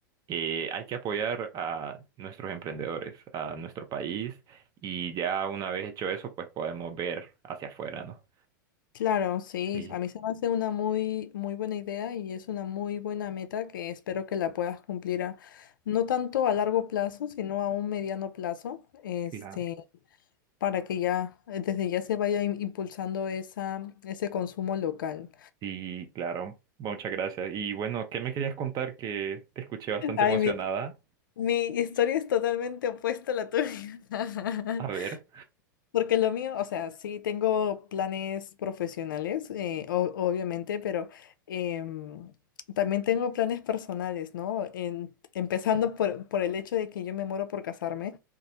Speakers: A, on the right; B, on the left.
A: eh, hay que apoyar a nuestros emprendedores, a nuestro país y ya una vez hecho eso, pues podemos ver hacia afuera, ¿no?
B: Claro, sí,
A: Sí,
B: a mí se me hace una muy, muy buena idea y es una muy buena meta que espero que la puedas cumplir a, no tanto a largo plazo, sino a un mediano plazo, este,
A: claro.
B: para que ya, eh, desde ya se vaya im- impulsando esa, ese consumo local.
A: Sí, claro. Muchas gracias. Y bueno, ¿qué me querías contar? Que te escuché bastante
B: Ay,
A: emocionada.
B: mi, mi historia es totalmente opuesta a la tuya. <laughs>
A: A ver.
B: Porque lo mío, o sea, sí tengo planes profesionales, eh, o- obviamente, pero em, también tengo planes personales, ¿no? En- empezando por, por el hecho de que yo me muero por casarme,